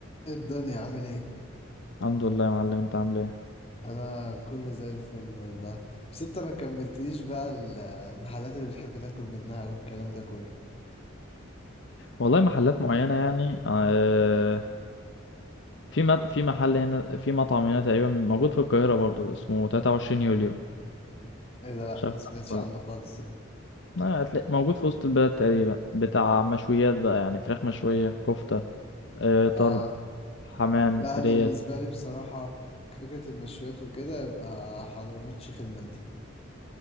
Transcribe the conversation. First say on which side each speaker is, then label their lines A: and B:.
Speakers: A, on the left; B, on the left.
A: إيه الدنيا عامل ايه
B: الحمد لله يا معلم انت عامل ايه
A: انا كله زي الفل والله بس انت ما كملتليش بقى المحلات اللي بتحب تاكل منها والكلام ده كله
B: والله محلات معينة يعني آه في مط... في محل هنا في مطعم هنا تقريبا موجود في القاهرة برضو اسمه 23 يوليو
A: ايه ده لا
B: مش عارف
A: ما سمعتش
B: تعرفه ولا
A: عنه خالص
B: لا آه هتلاقي موجود في وسط البلد تقريبا بتاع مشويات بقى يعني فراخ مشوية كفتة آه طرب
A: اه
B: حمام
A: لا انا
B: ريش
A: بالنسبه لي بصراحه فكره المشويات وكده يبقى حضرموت شيخ المندي